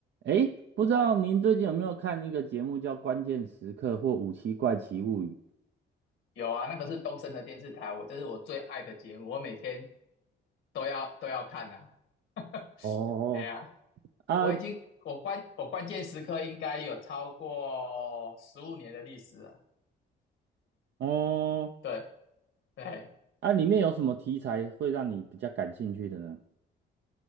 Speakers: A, on the right; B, on the left.
A: 诶，不知道您最近有没有看一个节目叫《关键时刻》或《五七怪奇物语》？
B: 有啊，那个是东森的电视台，我这是我最爱的节目，我每天都要都要看呐、啊。<laughs>
A: 哦
B: 对啊，
A: 啊
B: 我已经我关我关键时刻应该有超过十五年的历史了。
A: 哦
B: 对对，
A: 啊，里面有什么题材会让你比较感兴趣的呢？